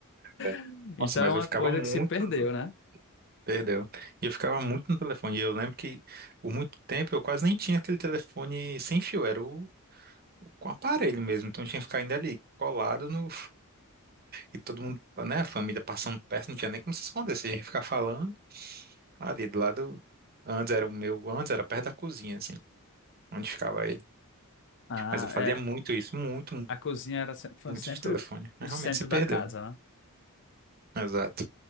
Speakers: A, on the right (about 45°); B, on the left (about 55°).
A: É.
B: <laughs> Então,
A: Nossa, mas
B: é uma
A: eu ficava
B: coisa
A: muito.
B: que se perdeu,
A: no-
B: né?
A: Perdeu. E eu ficava muito no telefone. E eu lembro que por muito tempo eu quase nem tinha aquele telefone sem fio, era o com aparelho mesmo. Então eu tinha que ficar ainda ali colado no. E todo mundo, né? A família passando perto, não tinha nem como se esconder. Você ia ficar falando ali do lado. Antes era o meu, antes era perto da cozinha, assim, onde ficava ele.
B: Ah,
A: Mas eu fazia
B: é.
A: muito isso, muito,
B: A cozinha era, se- foi
A: muito
B: sempre
A: de telefone. Mas
B: o centro
A: realmente se perdeu,
B: da casa,
A: né?
B: né?
A: Exato.